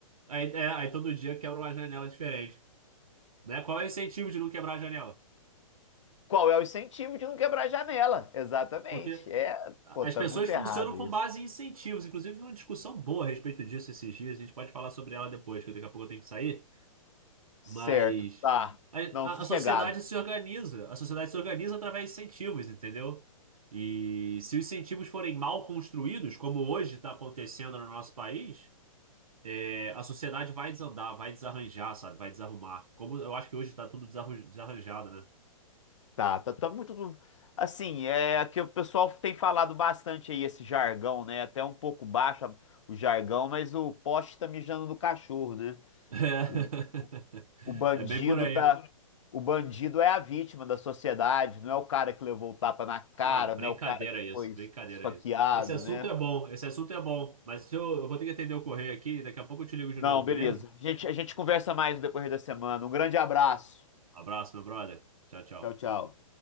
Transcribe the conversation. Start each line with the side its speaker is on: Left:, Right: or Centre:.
Right: Aí, é, aí todo dia quebra uma janela diferente. Né? Qual é o incentivo de não quebrar a janela?
Left: Qual é o incentivo de não quebrar a janela? Exatamente.
Right: Porque
Left: É,
Right: a-
Left: pô,
Right: as
Left: tá
Right: pessoas
Left: muito errado
Right: funcionam com
Left: isso.
Right: base em incentivos. Inclusive, uma discussão boa a respeito disso esses dias. A gente pode falar sobre ela depois, que daqui a pouco eu tenho que sair.
Left: Certo,
Right: Mas
Left: tá.
Right: a,
Left: Não, sossegado.
Right: a- a sociedade se organiza. A sociedade se organiza através de incentivos, entendeu? E se os incentivos forem mal construídos, como hoje está acontecendo no nosso país, é, a sociedade vai desandar, vai desarranjar, sabe? Vai desarrumar. Como eu acho que hoje está tudo desarru- desarranjado, né?
Left: Tá, tá, tá muito. do- Assim, é que o pessoal tem falado bastante aí esse jargão, né? Até um pouco baixo a- o jargão, mas o poste tá mijando no cachorro, né?
Right: <laughs>
Left: O, o bandido
Right: É, bem por aí.
Left: tá. O bandido é a vítima da sociedade, não é o cara que levou o tapa na cara,
Right: Não,
Left: não
Right: brincadeira
Left: é o cara que
Right: isso,
Left: foi
Right: brincadeira
Left: esfaqueado,
Right: isso. Esse assunto
Left: né?
Right: é bom, esse assunto é bom, mas eu, eu vou ter que atender o correio aqui, daqui a pouco eu te ligo de
Left: Não,
Right: novo,
Left: beleza.
Right: beleza?
Left: A gente, a gente conversa mais no decorrer da semana. Um grande abraço.
Right: Abraço, meu brother. Tchau, tchau.
Left: Tchau, tchau.